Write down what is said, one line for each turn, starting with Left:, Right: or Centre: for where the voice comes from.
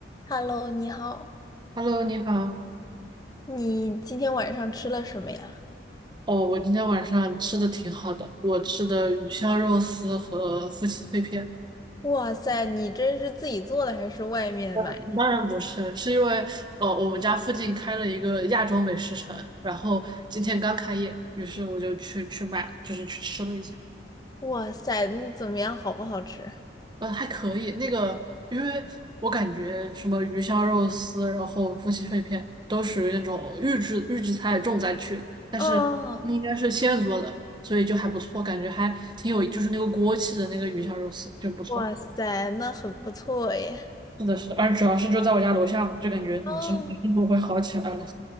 Left: Hello，你好，
Right: Hello，你好。
Left: 你今天晚上吃了什么呀？
Right: 哦，我今天晚上吃的挺好的，我吃的鱼香肉丝和夫妻肺片。
Left: 哇塞，你这是自己做的还是外面买？
Right: 嗯当然不是，是因为呃，我们家附近开了一个亚洲美食城，然后今天刚开业，于是我就去去买，就是去吃了一下。
Left: 哇塞，那怎么样，好不好吃？
Right: 呃，还可以。那个，因为我感觉什么鱼香肉丝，然后夫妻肺片，都属于那种预制预制菜重灾区，但是那应该是现做的，
Left: 哦，
Right: 所以就还不错，感觉还挺有，就是那个锅气的那个鱼香肉丝就不错。
Left: 哇塞，那很不错耶。
Right: 是的，是的，而主要是就在我家楼下嘛，就感觉你之后生活会好起来了。
Left: 哦